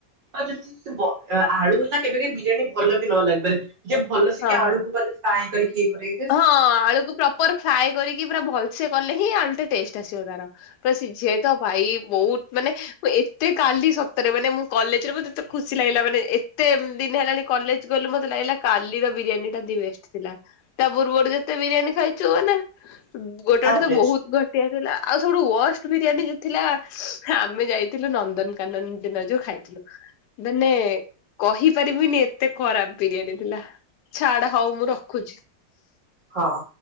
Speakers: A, on the right (about 80°); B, on the left (about 75°).
A: <unintelligible> ଆଳୁ ହେଲା କେବେ କେବେ ବିରିୟାନୀ ଭଲ ବି ନ ଲାଗିପାରେ ଯେ ଭଲସେ
B: ହଁ
A: କି ଆଳୁକୁ
B: ହଁ।
A: ମାନେ ତାହାହିଁ କରିକି କିଏ କିରେ।
B: ହଁ ଆଳୁକୁ ପ୍ରପର ଫ୍ରାଏ କରିକି ପୁରା ଭଲସେ କଲେ ହିଁ ଆଳୁଟା ଟେଷ୍ଟ ଆସିବ ତାର। ତ ସିଜେ। ତ ଭାଇ ବହୁତ ମାନେ ମୁଁ ଏତେ କାଲି ସତରେ ମାନେ ମୁଁ କଲେଜରେ ମତେ ଏତେ ଖୁସି ଲାଗିଲା ମାନେ ଏ କେତେ ଦିନ ହେଲାଣି କଲେଜ ଗଲୁ ମତେ ଲାଗିଲା କାଲିର ବିରିୟାନୀ ଟା ଦି ବେଷ୍ଟ ଥିଲା। ତା ପୂର୍ବରୁ ଯେତେ ବିରିୟାନୀ ଖାଇଛୁ ମାନେ ଗୋଟେ ଗୋଟେ
A: ଆଭରେଜ
B: ତ ବହୁତ୍‌ ଘଟ ଗୋଟିଏ ଥିଲା। ଆଉ ସବୁଠୁ ୱଷ୍ଟ ବିରିୟାନୀ ଯେ ଥିଲା ଆମେ ଯାଇଥିଲୁ ନନ୍ଦନକାନନ ଦିନ ଯୋଉ ଖାଇଥିଲୁ। ମାନେ କହିପାରିବିନି ଏ ଏତେ ଖରାପ ବିରିୟାନୀ ଥିଲା ଛାଡା ହୋଉ ମୁଁ ରଖୁଛି।
A: ହଁ।